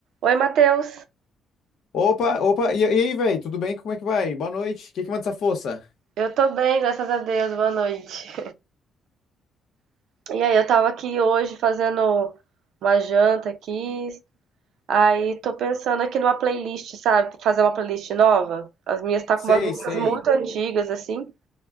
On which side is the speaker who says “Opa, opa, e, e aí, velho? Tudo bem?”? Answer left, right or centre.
Left